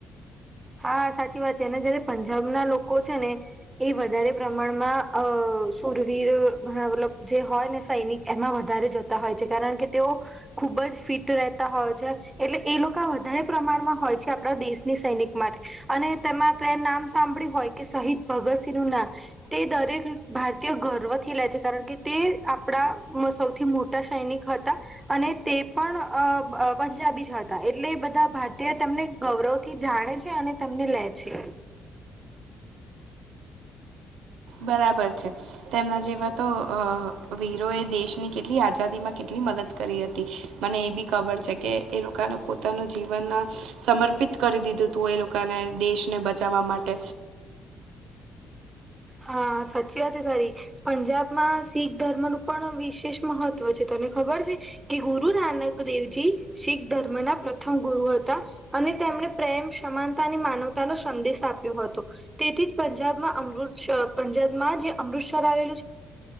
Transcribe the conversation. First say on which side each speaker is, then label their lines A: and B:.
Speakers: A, on the right; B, on the right.
A: હા સાચી વાત છે અને જયારે પંજાબના લોકો છે ને એ વધારે પ્રમાણમાં અ સુરવીર <unintelligible> મતલબ જે હોય ને સૈનિક એમાં વધારે જતા હોય છે કારણ કે તેઓ ખુબ જ ફિટ રહેતા હોય છે એટલે એ લોકા વધારે પ્રમાણમાં હોય છે આપડા દેશની સૈનિક માટે અને તેમાં તે નામ સાંભળ્યું હોય કે શહીદ ભગતસિંહ નું નામ તે દરેક ભારતીય ગર્વથી લે છે કારણ કે તે આપડામ સૌથી મોટા સૈનિક હતા. અને તે પણ અ અ પંજાબી જ હતા એટલે એ બધા ભારતીય તેમને ગૌરવ થી જાણે છે. તે અને તમને લે છે.
B: બરાબર છે તેમના જેવા તો અ વીરો એ દેશની કેટલી આઝાદીમાં કેટલી મદદ કરી હતી મને એ બી ખબર છે કે એ લોકાનુ પોતાનું જીવનના સમર્પિત કરી દીધુંતું એ લોકાને દેશને બચાવવા માટે.
A: હા સાચી વાતા છે તારી. પંજાબમાં શીખ ધર્મ નું પણ વિશેષ મહત્વ છે તને ખબર છે. કે ગુરુ નાનક દેવજી શીખ ધર્મ ના પ્રથમ ગુરુ હતા. અને તેમણે પ્રેમ, સમાનતા અને માનવતાનો સંદેશ આપ્યો હતો. તેથી જ પંજાબમાં અમૃત્સ પંજાબમાં જે અમૃતસર આવેલું છે